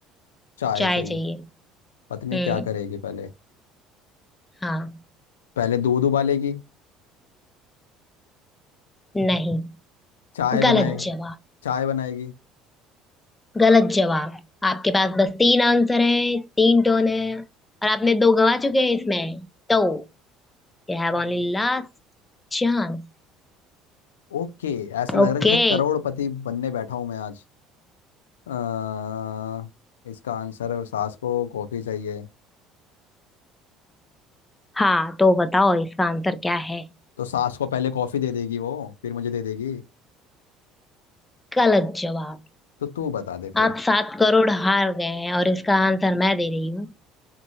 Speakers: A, on the left (about 75°); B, on the left (about 15°).
A: चाय
B: चाय
A: चाहिए
B: चाहिए
A: पत्नी
B: हम्म
A: क्या करेगी पहले
B: हाँ
A: पहले दूध उबालेगी
B: नहीं
A: चाय बनाए
B: गलत जवाब
A: चाय बनाएगी
B: गलत जवाब आपके पास बस तीन आंसर है तीन टोन है और आपने दो गवा चुके हैं इसमें तो You have
A: हम्म।
B: only last chance
A: ओके ऐसा लग
B: Okay
A: रहा है जैसे करोड़पति बनने बैठा हूं मैं आज अ, इसका आंसर सास को कॉफी चाहिए
B: हाँ तो बताओ इसका आंसर क्या है
A: तो सास को पहले कॉफी दे देगी वो फिर मुझे दे देगी
B: गलत जवाब
A: तो तू बता दे
B: आप
A: फिर
B: सात करोड़ हार गए हैं और इसका आंसर मैं दे रही हूँ